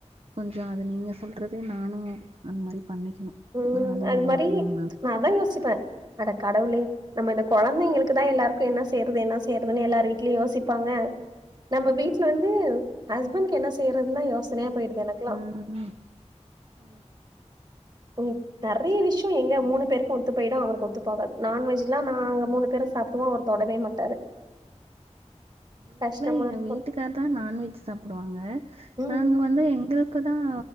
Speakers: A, on the right; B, on the right.
A: கொஞ்சோ அது நீங்க சொல்றதே நானு அந்த மாரி பண்ணிக்கணு
B: ம்
A: நானு
B: அது
A: அந்த
B: மாரி
A: மூணு நாள் போட்டுக்கணு
B: நா அதான் யோசிப்பே அட கடவுளே நம்ம இந்த கொந்தைங்களுக்கு தா எல்லாருக்கு என்ன செய்யறது என்ன செய்யறதுன்னு எல்லாரு வீ்ட்லயு யோசிப்பாங்க நம்ம வீட்ல வந்து ஹஸ்பண்ட்க் என்ன செய்யறதுன்னா யோசனையா போயிடுது எனக்லா
A: ம் ம் ஓ
B: ஓ நறைய விஷ்யோ எங்க மூணு பேருக்கு ஒத்து போயிடு அவருக்கு ஒத்து போகாது நான்வெஜ்லா நாங்க மூணு பேரு சாப் டுமோ அவரு தொடவே மாட்டாரு
A: வீட்லா
B: கஷ்டமா
A: எங்க
B: இருக்கும்.
A: வீட்டுக்கார் தான் நான்வெஜ் சாப்டுவாங்க
B: ம்.
A: நாங்க வந்து எங்க இப்போ தான்